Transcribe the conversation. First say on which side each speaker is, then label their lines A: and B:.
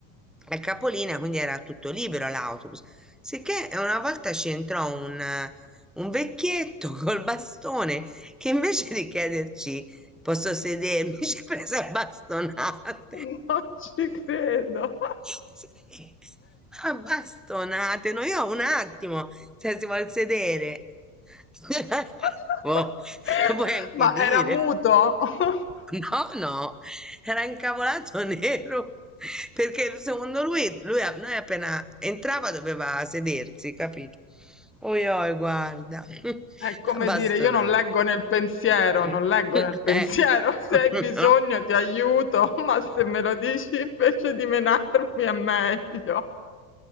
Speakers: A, in the centre; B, on the left (about 30°).
A: al capolinea, quindi era tutto libero l'autobus. Sicché una volta ci entrò un, eh, un vecchietto <laughs> col bastone che invece di chiederci Posso sedermi? <laughs> Ci ha preso a bastonate.
B: non ci credo.
A: Sì, a bastonate. No, io un attimo, se si vuol sedere. <laughs>
B: <laughs>
A: Boh, lo puoi anche
B: Ma
A: dire.
B: era muto? <laughs>
A: No, no, era incavolato nero <laughs> perché secondo lui, lui a- noi appena entrava doveva sedersi, capito? Oi, oi, guarda, <laughs>
B: È come
A: abbastonati.
B: dire, io non leggo nel pensiero,
A: Eh,
B: non leggo
A: <laughs>
B: nel pensiero, <laughs> se hai bisogno
A: no?
B: ti aiuto, <laughs> ma se me lo dici invece di menarmi è meglio.